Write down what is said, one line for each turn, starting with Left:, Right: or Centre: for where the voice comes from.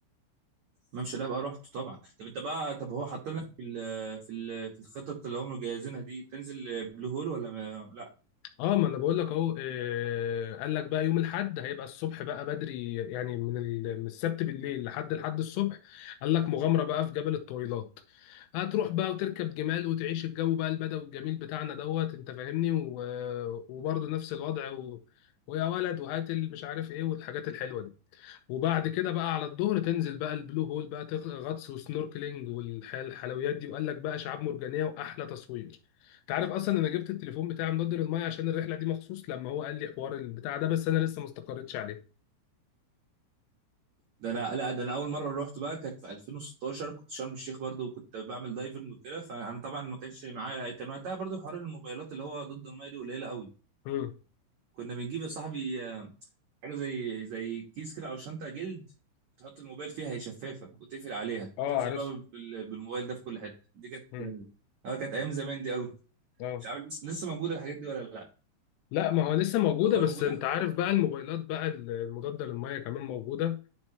Right: الممشى ده بقى رحته طبعا طب انت بقى طب هو حاطط لك في ال في ال في الخطط اللي هم مجهزينها دي تنزل بلو هول ولا ما لا
Left: اه ما انا بقول لك اهو آه، قال لك بقى يوم الاحد هيبقى الصبح بقى بدري يعني من ال- من السبت بالليل لحد الحد الصبح قال لك مغامره بقى في جبل الطويلات هتروح بقى وتركب جمال وتعيش الجو بقى البدوي الجميل بتاعنا دوت انت فاهمني و... وبرضه نفس الوضع و... ويا ولد وهات مش عارف ايه والحاجات الحلوه دي وبعد كده بقى على الظهر تنزل بقى البلو هول بقى تغ- غطس وسنوركلينج والحلويات دي وقال لك بقى شعاب مرجانيه واحلى تصوير انت عارف اصلا انا جبت التليفون بتاعي منضد للميه عشان الرحله دي مخصوص لما هو قال لي حوار البتاع ده بس انا لسه ما استقريتش عليه
Right: ده انا لا ده انا اول مره رحت بقى كانت في 2016 كنت شرم الشيخ برضو وكنت بعمل دايفنج وكده فانا طبعا ما كانش معايا كان وقتها برضو حوار الموبايلات اللي هو ضد الميه دي قليله قوي
Left: امم
Right: كنا بنجيب يا صاحبي آه، حاجه زي زي كيس كده او شنطه جلد بتحط الموبايل فيها هي شفافه وتقفل عليها
Left: اه
Right: تنزل
Left: عارف
Right: بقى بال- بالموبايل ده في كل حته دي كانت
Left: امم
Right: اه كانت ايام زمان دي قوي
Left: اه
Right: مش عارف لسه لسه موجوده الحاجات دي ولا لا
Left: لا ما هو لسه موجوده
Right: والله
Left: بس
Right: موجوده
Left: انت عارف بقى الموبايلات بقى المضاده للميه كمان موجوده